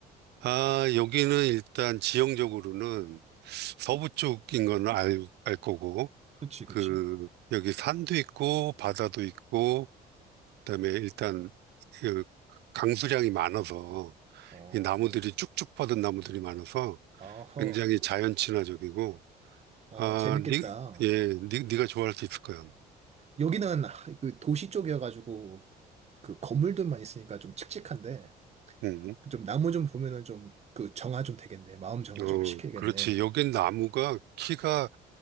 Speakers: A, on the right; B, on the right.
A: 아, 여기는 일단 지형적으로는 서부 쪽인 건 알, 알 거고,
B: 그치, 그치.
A: 그, 여기 산도 있고, 바다도 있고, 그다음에 일단 그 강수량이 많아서
B: 어,
A: 이 나무들이 쭉쭉 뻗은 나무들이 많아서
B: 아허,
A: 굉장히 자연 친화적이고
B: 어,
A: 아,
B: 재밌겠다.
A: 니, 예, 니, 니가 좋아할 수 있을 거야.
B: 여기는 그 도시 쪽이어가지고 그 건물들만 있으니까 좀 칙칙한데
A: 음,
B: 좀 나무 좀 보면은 좀 그 정화 좀 되겠네. 마음 정화
A: 어,
B: 좀 시켜야겠네.
A: 그렇지. 여긴 나무가 키가